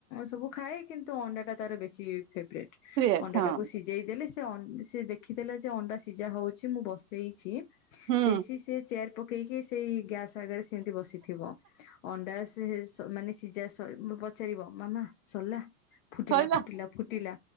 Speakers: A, on the left; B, on the right.
A: ସବୁ ଖାଏ। କିନ୍ତୁ ଅଣ୍ଡା ଟା ତାର ବେଶୀ ଫେବୋରାଇଟ।
B: ପ୍ରିୟ
A: ଅଣ୍ଡା
B: ହଁ
A: ଟାକୁ ସିଝେଇ ଦେଲେ ସେ ଆ ସେ ଦେଖିଦେଲା ଯେ ଅଣ୍ଡା ସିଝା ହଉଛି ମୁଁ ବସେଇଛି
B: ହୁଁ
A: ସେସେ ସେ ଚେର ପକେଇ କି ସେଇ ଗ୍ୟାସ୍ ଆଗରେ ସେମିତି ବସିଥିବ, ଅଣ୍ଡା ସେ ମାନେ ସିଝା ସ ପଚାରିବ ମାମା ସରିଲା।
B: ଶଇ
A: ଫୁିଟିଲା ଫୁଟିଲା